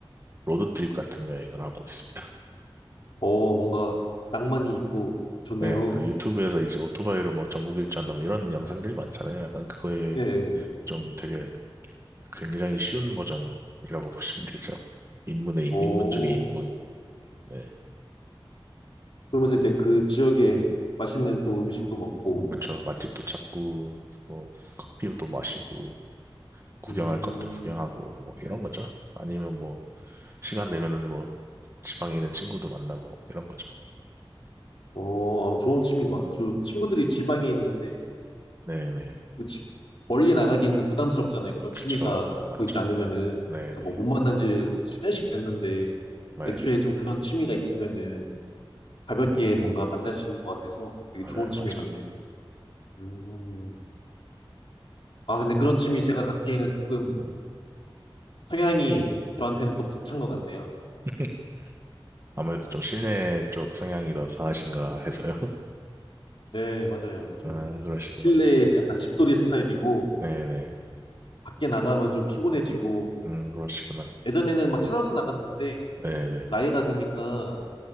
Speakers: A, on the right; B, on the left.
A: 로드트립 같은 여행을 하고 있습니다.
B: 어, 뭔가 낭만이 있고 좋네요.
A: 네, 그 유튜브에서 이제 오토바이로 뭐 전국 일주한다 뭐 이런 영상들이 많잖아요. 약간 그거에
B: 예, 예.
A: 좀 되게 굉장히 쉬운 버전이라고 <laughs> 보시면 되죠. 입문의 입,
B: 오,
A: 입문 중에 입문. 네.
B: 그러면서 이제 그 지역에 맛있는 또 음식도 먹고,
A: 그렇죠. 맛집도 찾고, 뭐, 커피도 마시고, 구경할
B: 음,
A: 것도 구경하고, 뭐, 이런 거죠. 아니면 뭐, 시간 내면은 뭐, 지방에 있는 친구도 만나고 이런 거죠.
B: 어, 아, 좋은 취미인 것 같아요. 저도 친구들이 지방에 있는데,
A: 네네.
B: 그 지- 멀리 나가긴 부담스럽잖아요. 그런
A: 그쵸.
B: 취미가 갖고
A: 맞죠,
B: 있지
A: 맞죠.
B: 않으면은.
A: 네네.
B: 그래서 뭐 못 만난 지 시간씩 됐는데,
A: 네네.
B: 애초에 좀 그런 취미가 있으면은 가볍게 뭔가 만날 수 있는 것 같아서 되게
A: 맞아요,
B: 좋은 취미
A: 맞아요.
B: 같네요. 음. 아, 근데 그런 취미 제가 갖기에는 조금 성향이 저한테는 또 벅찬 것 같네요.
A: <laughs> 아무래도 좀 실내 쪽 성향이 더 강하신가 해서요. <laughs>
B: 네, 맞아요. 좀
A: 아, 그러시구나.
B: 실내에 약간 집돌이 스타일이고
A: 네네.
B: 밖에 나가면 좀 피곤해지고
A: 음, 그러시구나.
B: 예전에는 막 찾아서 나갔는데
A: 네네네.
B: 나이가 드니까